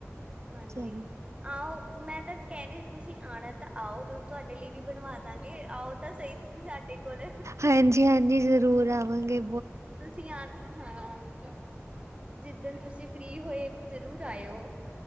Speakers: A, on the right; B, on the right.
A: ਹਾਂਜੀ
B: ਚਲੋ
A: ਆਓ ਮੈਂ ਤਾਂ ਕਹਿ ਰਹੀ ਤੁਸੀਂ ਆਉਣਾ ਤਾਂ ਆਓ ਤੁਂ ਤੁਹਾਡੇ ਲਈ ਵੀ ਬਣਵਾ ਦਾਂਗੇ ਆਓ ਤਾਂ ਸਹੀ ਤੁਸੀਂ ਸਾਡੇ ਕੋਲ
B: ਹਾਂਜੀ-ਹਾਂਜੀ ਜ਼ਰੂਰ ਆ ਅਵਾਗੇ।
A: ਤੁਸੀਂ ਆ ਹਾਂ। ਜਿੱਦਣ ਤੁਸੀਂ ਫ੍ਰਰੀ ਹੋਏ ਜਰੂਰ ਆਇਓ।